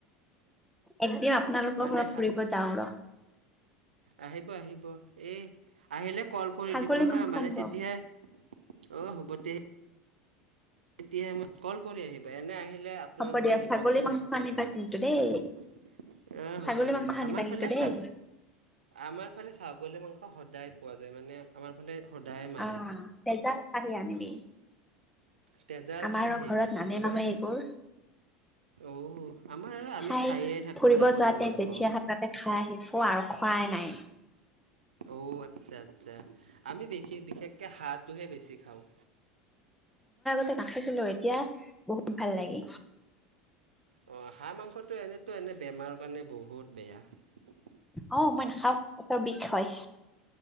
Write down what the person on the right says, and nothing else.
মানে
হা
আহিব আহিব এই আহিলে কল কৰি
দিব হা
মানে
তেতিয়াহে অঁ হ'ব দে তেতিয়াহে মই কল কৰি আহিবা এনে আহি আপোনালোকে
নিমখ
ভাত
খাব
লাগি উম
হ'ব দে
আমাৰ
ফালে
আমাৰ ফালে ছাগলী মাংস সদায় পোৱা যায় মানে আমাৰ ফালে সদায় মাৰে
তেজাল
খাহী
মই
অ আমাৰ আমি
খায়ে থাকো
ছাগলীৰ
মাংস
অ আচ্ছা যে আমি বেশী বিশেষ মানে হাঁহটোহে বেছি খাওঁ
অ হাঁহ মাংসটো এনেতু এনে বেমাৰৰ কাৰণে বহুত বেয়া